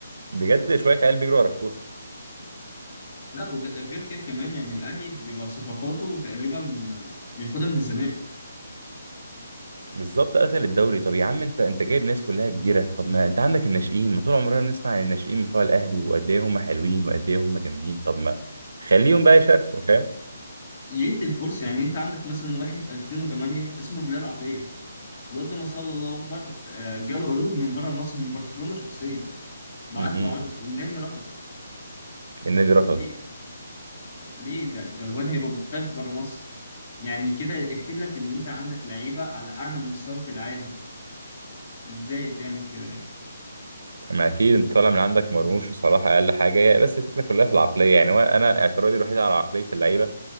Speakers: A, on the right (about 75°); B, on the left (about 45°).
A: بجد شويه عيال بيجروا ورا الكوره
B: لا وغير كده كمان يعني الأهلي بيبقى صفقاته تقريبا بياخدها من الزمالك
A: بالظبط قتل الدوري طب يا عم انت انت جايب ناس كلها كبيره طب ما انت عندك الناشئين ما طول عمرنا بنسمع عن الناشئين بتوع الاهلي وقد ايه هم حلوين وقد ايه هم جامدين طب ما خليهم بقى يشاركوا فاهم
B: يدي الفرصة يعني انت عندك مثلا واحد في 2008 اسمه بلال عطية الواد ده ما شاء الله الله اكبر آه، جاله عروض من بره مصر من برشلونة شخصيا بعت
A: مهم.
B: له عرض والنادي رفض
A: النادي رفض
B: ليه؟ طب ليه ده ده الواد هيبقى محتاج بره مصر يعني كده يأكد لك ان انت عندك لعيبة على اعلى مستوى في العالم ازاي تعمل كده يعني
A: ما اكيد انت طالع من عندك مرموش بصراحه اقل حاجه هي بس الفكره كلها في العقليه يعني هو انا اعتراضي الوحيد على عقليه اللعيبه